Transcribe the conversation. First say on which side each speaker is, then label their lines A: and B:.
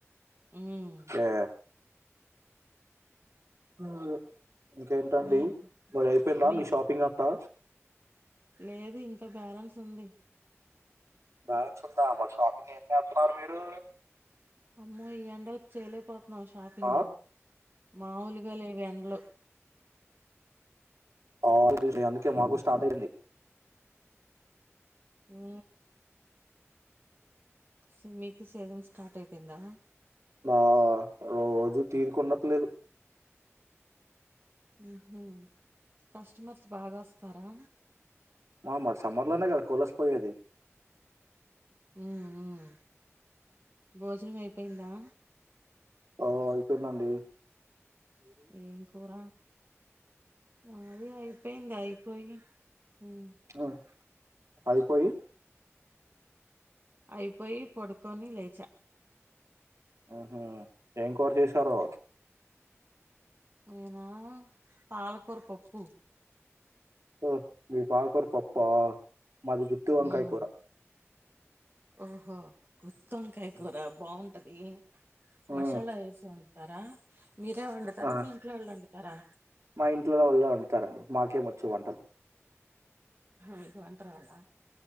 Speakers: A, on the right; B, on the right.
A: హ్మ్.
B: యా ఆ ఇంకేంటండి
A: మీకు
B: మరి అయిపోయిందా
A: మీకు
B: మీ షాపింగ్ అంతా
A: లేదు ఇంకా బ్యాలెన్స్ ఉంది
B: బ్యాలెన్స్ ఉందా మరి షాపింగ్ ఏం చేస్తున్నారు మీరు
A: అమ్మో ఈ ఎండలకు చేయలేక పో మా షాపింగు
B: ఆ
A: మాములుగా లేవు ఎండ్లు
B: ఆ అందుకే మాకు స్టార్ట్ అయింది
A: ఉ సెమి సీజన్ స్టార్ట్ అయిపోయిందా
B: నా రోజు తీరికుండట్లేదు
A: ఆహ కస్టమర్స్ బాగా వస్తారా
B: ఆ మరి సమ్మర్ లోనే కదా కులర్స్ పోయేది
A: ఉ ఉ భోజనం అయిపోయిందా
B: ఓ అయిపోయింది అండి
A: ఏం కూర మాది అయిపెంది అయిపోయి హ్మ్
B: ఉ అయిపోయి
A: అయిపోయి పొడుకొని లేచ.
B: ఆహా ఏం కూర చేసారో
A: నేనా పాలకూర పప్పు
B: హ్మ్ మీది పాలకూర పప్పా మాది గుత్తివంకాయ
A: ఉమ్
B: కూర
A: ఓహో గుత్తొంకాయ కూర బాగుంటదీ.
B: ఉ
A: మసాలా వేసి వండు తరా మీరే వండుతార
B: ఆ
A: మీ ఇంట్లో వాళ్ళొండు తరా
B: మా ఇంట్లో వాళ్ళే వండుతరండి మాకేం వచ్చు వంటలు.
A: మీకు వంటరాద